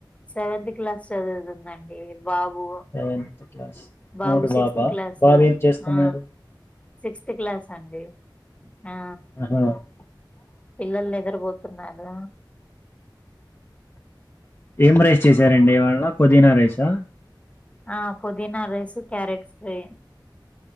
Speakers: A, on the left; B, on the left.
A: సెవెంత్ క్లాస్ చదువుతుందండి బాబు
B: సెవెన్త్ క్లాస్
A: బాబు
B: మూడు
A: సిక్స్త్
B: బాబా
A: క్లాసు
B: బాబు ఏం చేస్తున్నడు
A: ఆ సిక్స్త్ క్లాస్ అండి ఆ
B: <unintelligible>
A: పిల్లలు నిద్రపోతున్నారు
B: ఏం రైస్ చేసారండి ఇవాళ పుదీనా రైసా
A: ఆ పుదీనా రైస్ క్యారెట్స్ ఫ్రై